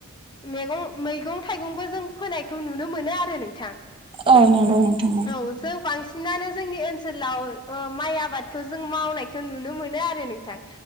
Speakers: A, on the left; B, on the right.
A: मेंग मैगं थाइगंबो जों फोनायखौ नुनो मोनो आरो नों थां
B: औ नंगौ नोंथां
A: औ जों बांसि सिनानो जोंनि ओनसोलाव ओ माइ आबादखो जों मावनायखौ नुनो मोनो आरो नोंथां।